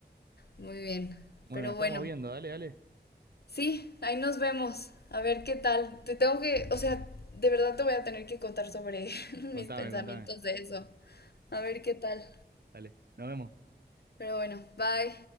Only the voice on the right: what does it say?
Bueno,
estamos
viendo, dale, dale.
Contame,
contame.
Dale. Nos vemos.